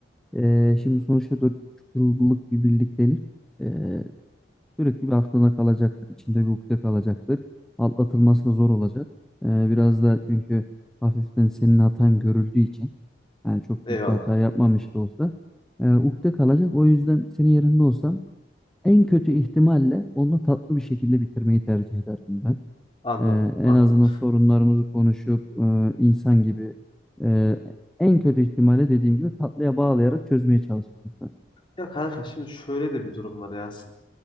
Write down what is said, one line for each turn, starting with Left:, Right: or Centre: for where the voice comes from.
Centre: ee, şimdi sonuçta 4,5 yıllık bir birliktelik ee, sürekli bir aklına kalacaktır. İçinde bir ukde kalacaktır. Atlatılması da zor olacak. Ee, biraz da çünkü hafiften senin hatan görüldüğü için Yani çok
Left: Eyvallah.
Centre: büyük bir hata yapmamış da olsa. E, ukde kalacak. O yüzden senin yerinde olsam en kötü ihtimalle onunla tatlı bir şekilde bitirmeyi tercih ederdim ben.
Left: Anladım.
Centre: E,
Left: Anladım.
Centre: en azından sorunlarımızı konuşup e, insan gibi e, en kötü ihtimalle dediğim gibi tatlıya bağlayarak çözmeye çalışırdım ben.
Left: Ya kanka şimdi şöyle de bir durum var Yasin.